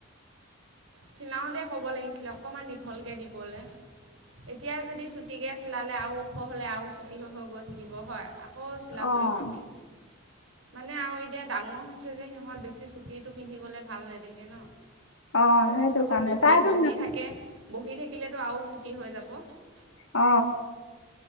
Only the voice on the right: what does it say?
চিলাওঁতে ক'ব লাগিছিলে অকণমান দীঘলকে দিবলে এতিয়া যদি চুটিকৈ চিলালে আৰু ওখ হ'লে আৰু চুটি হৈ হৈ গৈ থাকিব হয় আকৌ চিলাবই
পাবি মানে আৰু এতিয়া ডাঙৰ হৈছে যে সিহঁত বেছি চুটীটো পিন্ধি গলে ভাল নেদেখে ন
আকৌ
বহি
বহি থাকে বহি থাকিলেতো আৰু ছুটি হৈ যাব ৱাহ